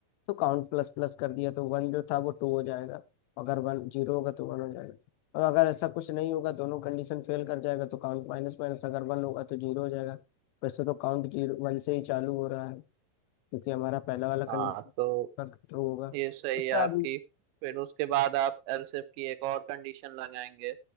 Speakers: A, on the left (about 90°); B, on the right (about 80°).
A: तो काउंट प्लस प्लस कर दिया तो वन जो था वो टू हो जाएगा अगर वन जीरो होगा तो वन हो जाएगा और अगर ऐसा कुछ नहीं होगा दोनों कंडीशन फेल कर जाएगा तो काउंट माइनस माइनस अगर वन होगा तो जीरो हो जाएगा वैसे तो काउंट जीरो वन से ही चालू हो रहा है क्योंकि हमारा पहला वाला
B: हाँ
A: कंडीशन
B: तो
A: ट्रू होगा
B: ये सही
A: उसका
B: है आपकी फिर उसके बाद आप एलसीफ की एक और कंडीशन लगाएंगे